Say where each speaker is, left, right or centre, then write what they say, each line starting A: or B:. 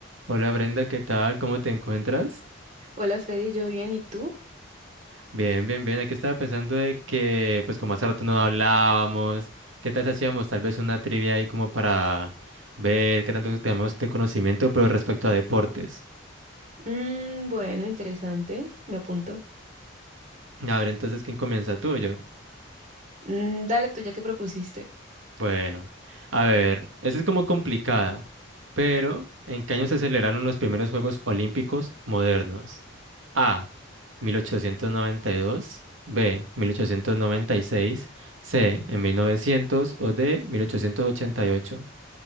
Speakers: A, on the right (about 80°); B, on the right (about 40°).
A: Hola Brenda, ¿qué tal? ¿Cómo te encuentras?
B: Hola Freddy, yo bien, ¿y tú?
A: Bien, bien, bien. Aquí estaba pensando de que, pues como hace rato no hablábamos, ¿qué tal si hacíamos tal vez una trivia ahí como para ver qué tanto tenemos de conocimiento, pero respecto a deportes?
B: Mm, bueno, interesante, me apunto.
A: A ver, entonces, ¿quién comienza tú o yo?
B: Mm, dale tú ya que propusiste.
A: Bueno, a ver, esa es como complicada, pero ¿en qué año se celebraron los primeros Juegos Olímpicos modernos? A. 1892. B. 1896. C. En 1900. O D. 1888.